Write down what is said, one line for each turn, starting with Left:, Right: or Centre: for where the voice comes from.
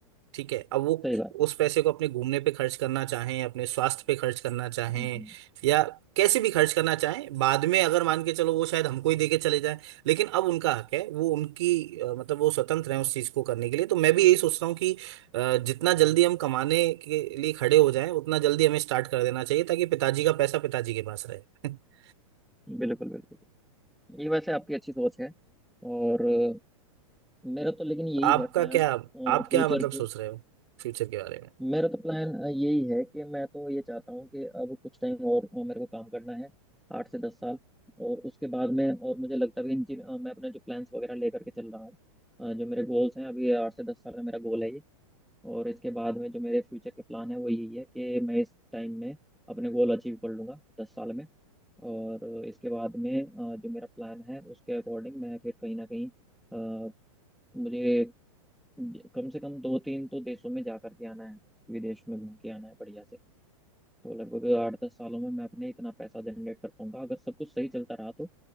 Right: ठीक है अब वो
Centre: सही बात है
Right: उस पैसे को अपने घूमने पे खर्च करना चाहें अपने स्वास्थ्य पे खर्च करना चाहें
Centre: हम्म हम्म,
Right: या कैसे भी खर्च करना चाहें बाद में अगर मान के चलो वो शायद हमको ही देके चले जाए लेकिन अब उनका हक है वो उनकी अ, मतलब वो स्वतंत्र है उस चीज को करने के लिए तो मैं भी यही सोच रहा हूँ कि अ, जितना जल्दी हम कमाने के लिए खड़े हो जाएं उतना जल्दी हमें स्टार्ट कर देना चाहिए ताकि पिताजी का पैसा पिताजी के पास रहे <laughs>
Centre: हम्म, बिल्कुल बिल्कुल ये वैसे आपकी अच्छी सोच है और अ, मेरा तो लेकिन यही
Right: आपका
Centre: है प्लान्स
Right: क्या
Centre: फ्यूचर
Right: आप क्या मतलब सोच
Centre: के
Right: रहे हो फ्यूचर के बारे में
Centre: मेरा तो प्लान यही है कि मैं तो ये चाहता हूँ कि अब कुछ टाइम और अ, मेरे को काम करना है आठ से दस साल और उसके बाद में और मुझे लगता भी इन चीज अ, मैं अपने जो प्लान्स वगैरह लेकर के चल रहा हूँ अ, जो मेरे गोल्स हैं अभी आठ से दस साल का मेरा गोल है ये और इसके बाद में जो मेरे फ्यूचर के प्लान है वो यही है कि मैं इस टाइम में अपने गोल अचीव कर लूँगा दस साल में और इसके बाद में अ, जो मेरा प्लान है उसके अकॉर्डिंग मैं फिर कहीं ना कहीं अ, मुझे ज- कम से कम दो तीन तो देशों में जा करके आना है विदेश में घूम के आना है बढ़िया से तो लगभग आठ दस सालों में मैं अपने इतना पैसा जनरेट कर पाऊंगा अगर सब कुछ सही चलता रहा तो